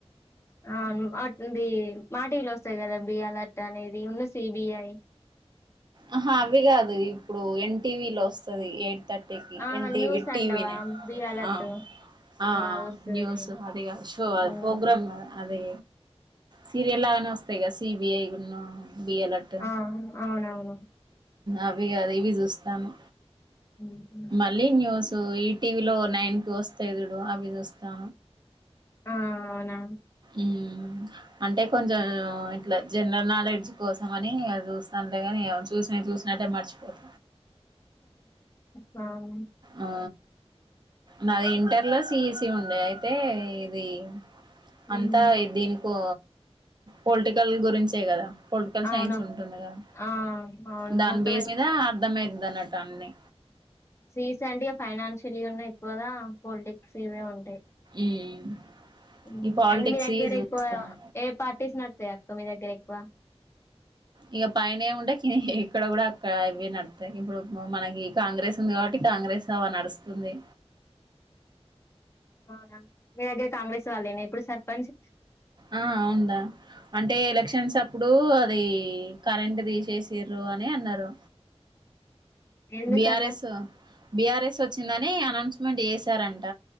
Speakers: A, on the left; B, on the right.
A: అ అవును అది మాటీవిలో వస్తాయి కదా బి అలర్ట్ అనేదిను సిబిఐ
B: ఆహా అవి కాదు ఇప్పుడు ఎన్టీవీలో వస్తది ఎయిట్ థ ర్టీకి
A: ఆ
B: ఎన్ టీవి,
A: న్యూస్
B: టీవి
A: అంటావా
B: నైన్
A: బి అలర్ట్
B: ఆ ఆ
A: అది వస్తది
B: న్యూస్ అది కాదు షో
A: ఉమ్,
B: ప్రోగ్రామ్ అది సీరియల్ లాగానే వస్తాయి కదా సీబిఐను బిఅలర్ట్
A: ఆ అవునవును
B: అవి కాదు ఇవి చూస్తాను
A: ఉ హూ
B: మళ్ళీ న్యూస్ ఈ టీవీలో నైన్ కి వస్తాయి చూడు అవి చూస్తా
A: ఆ అవునా
B: ఉమ్ అంటే కొంచెం ఇట్లా జనరల్ నాలెడ్జ్ కోసం అని అవి చూస్ తంలే గానీ చూసినవి చూసినట్టే మర్చిపోత
A: అవును
B: ఆ నాది ఇంటర్ లో సిఈసి ఉండే అయితే ఇది
A: ఉమ్,
B: అంతా దీనికో పొలిటికల్ గురించే కదా పొలిటికల్
A: అవును
B: సైన్స్ ఉంటుండా కదా
A: ఆ అవును
B: దాని
A: మొత్తం
B: బేస్ మీద అర్థమయింది అన్నట్టు అన్ని
A: సి ఈ సి అంటే ఫైనాన్షియల్ ఉన్నా ఎక్కువగా పొలిటిక్స్ ఇవే ఉంటాయి
B: ఉమ్
A: ఉ
B: ఈ పాలిటిక్స్
A: అంటే మీ దగ్గర
B: చూస్తాను
A: ఎక్కువగా ఏ పార్టీస్ నడుత్తాయి అక్క మీ దగ్గర ఎక్కువ
B: ఇగ పైన ఏ ఉంటే ఇక్కడ కూడా అక్కడ అవే నడుత్తాయ్ ఇప్పుడు మనకి కాంగ్రెస్ ఉంది కాబట్టి కాంగ్రెస్ నావా నడుస్తుంది
A: అవునా మీ దగ్గర కాంగ్రెస్ వాళ్ళేనా ఇప్పుడు సర్పంచ్
B: ఆ అవును రా అంటే ఎలక్షన్స్ అప్ ప్పుడు అది కరెంట్ తీసేసిర్రు అని అన్నారు
A: ఎందుకు
B: బిఆర్ఎస్
A: అట్లా
B: బిఆర్ఎస్ వచ్చిందని అనౌన్స్మెంట్ చేసారంట